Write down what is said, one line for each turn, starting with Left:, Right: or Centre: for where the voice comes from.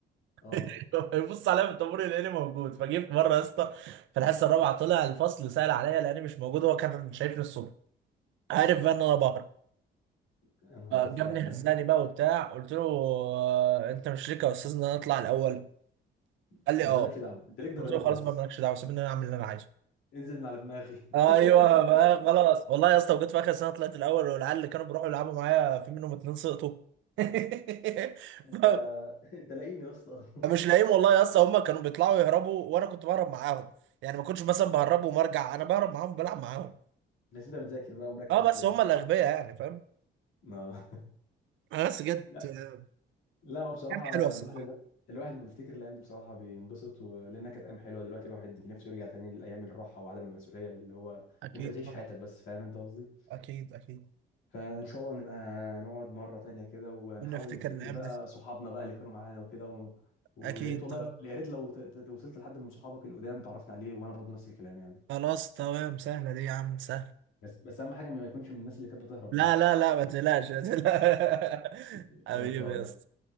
Left: اه
Right: <laughs> يبص عليا في الطابور يلاقيني موجود فجه في مره يا اسطى في الحصه الرابعه طلع الفصل سال عليا لاني مش موجود هو كان شايفني الصبح عارف بقى ان انا بهرب
Left: يا نهار
Right: فجابني
Left: ازرق
Right: هزاني بقى وبتاع قلت له آه، انت مش ليك يا استاذ ان انا اطلع الاول
Left: <laughs>
Right: قال لي
Left: انت
Right: اه
Left: مالكش دعوه انت ليك درجات
Right: قلت له
Left: بس
Right: خلاص بقى مالكش دعوه سيبني انا اعمل اللي انا عايزه
Left: انزل من على دماغي
Right: ايوه
Left: <laughs>
Right: بقى خلاص والله يا اسطى وجيت في اخر سنه طلعت الاول والعيال اللي كانوا بيروحوا يلعبوا معايا في منهم اتنين سقطوا <laughs>
Left: انت
Right: ف-
Left: انت لاقيني يا اسطى
Right: مش لاقيهم والله يا اسطى هم كانوا بيطلعوا يهربوا وانا كنت بهرب معاهم يعني ما كنتش مثلا بهرب ومرجع انا بهرب معاهم بلعب معاهم
Left: <laughs> بس انت بتذاكر بقى ومركز
Right: اه
Left: وكده
Right: بس هم الاغبياء يعني فاهم
Left: اه
Right: آه، بس جت
Left: <laughs>
Right: آه،
Left: لا هو بصراحة
Right: ايام حلوه الصراحه
Left: الواحد الواحد لما بيفتكر الأيام دي بصراحة بينبسط و... لأنها كانت أيام حلوة دلوقتي الواحد نفسه يرجع تاني لأيام الراحة وعدم المسؤولية اللي هو
Right: اكيد
Left: أنت بتعيش
Right: طبعا
Left: حياتك بس فاهم أنت قصدي؟
Right: اكيد اكيد
Left: فإن شاء الله نبقى نقعد مرة تانية كده ونحاول
Right: كنا نفتكر
Left: نفتكر
Right: الايام
Left: بقى
Right: دي
Left: صحابنا بقى اللي كانوا معانا وكده و... ويا
Right: اكيد
Left: ريت والله
Right: طبعا
Left: لو... يا ريت لو ت... ت... وصلت لحد من صحابك القدام تعرفنا عليه وأنا برضه نفس الكلام يعني
Right: خلاص تمام سهله دي يا عم سهله
Left: بس بس أهم حاجة ما يكونش من الناس اللي كانت بتهرب
Right: لا
Left: دول
Right: لا لا ما تقلقش ما تقلقش.
Left: <laughs>
Right: <laughs> حبيبي
Left: خلصانة
Right: يا اسطى